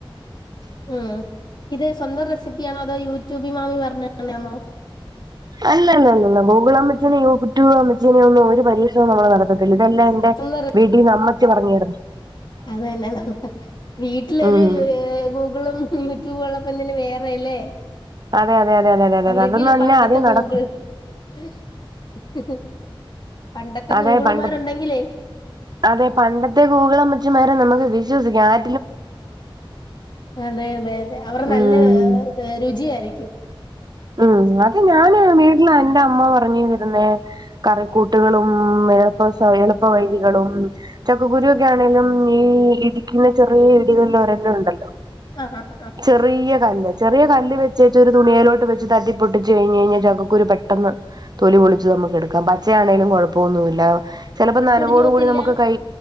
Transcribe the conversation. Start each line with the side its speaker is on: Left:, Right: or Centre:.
Left: ഉം ഇത് സ്വന്തം റെസിപ്പിയാണോ അതോ യൂട്യൂബി മാമി പറഞ്ഞ് തരുന്നാണോ?
Right: അല്ല അല്ല അല്ലല്ല ഗൂഗിൾ അമ്മച്ചിനെയോ യുട്യൂബ് അമ്മച്ചിനെയൊന്നും ഒരു പരീക്ഷണം നമ്മള് നടത്തത്തില്ല ഇതെല്ലാം. ന്റെ
Left: സ്വന്തം
Right: വീടീന്ന് അമ്മച്ചി പറഞ്ഞ് തര്ന്ന
Left: അതന്നെ നമ്മ വീട്ടിലൊരു
Right: ഉം
Left: ഗൂഗിളും യൂട്യൂബ് ഉള്ളപ്പോ എന്തിന് വേറെ അല്ലേ
Right: അതെ അതെ അതെ അതെ അതെ
Left: അവരെങ്കലെ
Right: അതെ അതൊന്നും അല്ല
Left: പണ്ടത്തെ
Right: ആദ്യം
Left: ഗൂഗിൾ.
Right: നടക്കും
Left: ഹ് ഹ് ഹ് പണ്ടത്തെ
Right: അതെ
Left: ഗൂഗിളുമാരുണ്ടെങ്കിലേ.
Right: പണ്ട അതെ പണ്ടത്തെ ഗൂഗുളമ്മച്ചിമാരെ നമുക്ക് വിശ്വസിക്കാംവേ.
Left: അതെ അതെ അതെ അവർ നല്ല
Right: ഉം
Left: രുചിയായിരിക്കും.
Right: ഉം അതെ ഞാന് വീട്ടില് എന്റെ അമ്മ പറഞ്ഞിരുന്നേ. കറിക്കൂട്ടുകളും എളുപ്പ എളുപ്പ വഴികളും. ചക്കഗുരു ഒക്കെ ആണെങ്കലും. ഈ ഇടിക്കുന്ന ചെറിയ ഇടികളില് ഒരെല്ലാം ഉണ്ടല്ലോ?
Left: ആ ആ ആ
Right: ചെറിയ കല്ല് ചെറിയ കല്ല് വെച്ചിട്ട് ഒരു തുണയിലോട്ട് വെച്ച് തട്ടിപ്പൊട്ടിച്ച് കഴിഞ്ഞ് കഴിഞ്ഞാ ചക്കൂര് പെട്ടെന്ന്. തൊലി പൊളിച്ചച്ച് നമുക്ക് എടുക്കാം. പച്ചയാണെങ്കലും കൊഴപ്പമൊന്നുമില്ല. ചിലപ്പോ നനവോടു
Left: പൊടിഞ്ഞു പോത്തില്ല
Right: കൂടി നമുക്ക് കൈ